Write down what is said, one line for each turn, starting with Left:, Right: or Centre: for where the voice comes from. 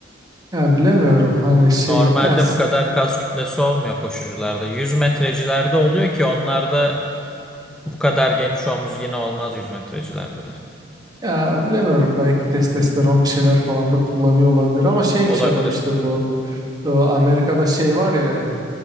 Right: Ya bilemiyorum hani şey
Centre: Normalde
Right: ya
Centre: bu kadar kas kütlesi olmuyor koşucularda. 100 metrecilerde oluyor ki onlarda bu kadar geniş omuz yine olmaz 100 metrecilerde de.
Right: Ya bilemiyorum belki testosteron bir şeyler falan da kullanıyor olabilir ama şeymiş
Centre: Olabilir.
Right: adam işte bu e, Amerika'da şey var ya